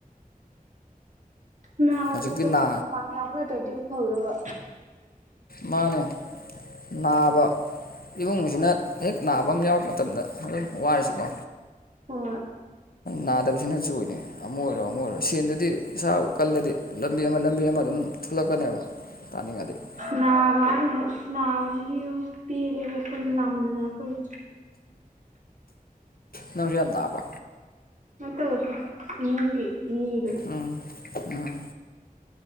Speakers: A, on the right (about 55°); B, on the left (about 80°).
A: ꯅꯥꯕ
B: ꯍꯧꯖꯤꯛꯇꯤ
A: ꯈꯣꯠꯄꯁꯦ
B: ꯅꯥ
A: ꯑꯃꯨꯛ ꯄꯥꯏ ꯌꯥꯎꯅꯗ꯭ꯔꯗꯤ ꯑꯃꯨꯛ ꯐꯥꯒꯗꯕ
B: ꯃꯥꯅꯦ ꯅꯥꯕ ꯏꯃꯨꯡꯁꯤꯅ ꯍꯦꯛ ꯅꯥꯕ ꯑꯃ ꯌꯥꯎꯔꯛꯄ ꯃꯇꯝꯗ ꯑꯗꯨꯝ ꯋꯥꯔꯤꯁꯤꯀꯣ
A: ꯍꫭꯏ
B: ꯅꯥꯗꯕꯁꯤꯅ ꯖꯣꯏꯅꯦ ꯑꯃ ꯑꯣꯏꯔꯣ ꯑꯃ ꯑꯣꯏꯔꯣ ꯁꯦꯟꯗꯨꯗꯤ ꯏꯁꯥꯕꯨ ꯀꯜꯂꯗꯤ ꯂꯝꯕꯤ ꯑꯃ ꯂꯝꯕꯤ ꯑꯃ ꯑꯗꯨꯝ ꯊꯣꯂꯛꯀꯅꯦꯕ <unintelligible>
A: ꯅꯥꯕ ꯍꯥꯏꯔꯒꯃꯨꯛ ꯅꯥꯕꯁꯤꯗꯤꯕꯣ ꯄꯦꯜꯂꯦꯕꯣꯈꯣꯏ ꯅꯥꯃꯟꯗꯅ ꯑꯩꯈꯣꯏ
B: ꯅꯪꯁꯨ ꯌꯥꯝ ꯅꯥꯕ
A: ꯅꯠꯇꯕ ꯏꯃꯨꯡꯒꯤ ꯃꯤꯗꯨ
B: ꯎꯝ ꯎꯝ